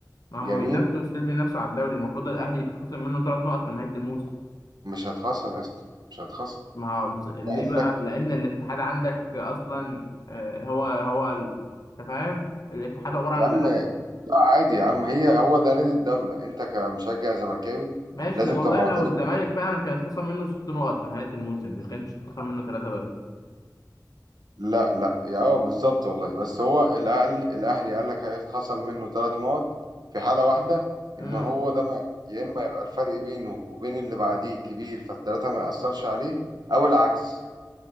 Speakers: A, on the left; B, on the right.
A: ما
B: جميل
A: هم بينافسوا ستيل بينافسوا على الدوري المفروض الاهلي يتخصم منه ثلاث نقط في نهايه الموسم
B: مش هتخصم يا اسطى مش هتخصم
A: ما هو بص... ليه
B: قال
A: بقى
B: لك
A: لان الاتحاد عندك اصلا آه، هو هو ال- انت فاهم الاتحاد عباره عن
B: يا عم
A: الاهلي
B: لا عادي يا عم هي هو ده نادي الدولة انت كمشجع زملكاوي
A: ماشي
B: لازم
A: ده والله
B: تبقى معترف
A: لو الزمالك
B: بده
A: فعلا كان اتخصم منه ست نقط في نهايه الموسم ما كانش اتخصم منه ثلاثه بس
B: لا لا يا اه بالظبط والله بس هو الاهلي الاهلي قال لك هيتخصم منه ثلاث نقط في حاله واحده
A: امم
B: ان هو ده ما يا اما يبقى الفرق بينه وبين اللي بعديه كبير فالثلاثه ما ياثرش عليه او العكس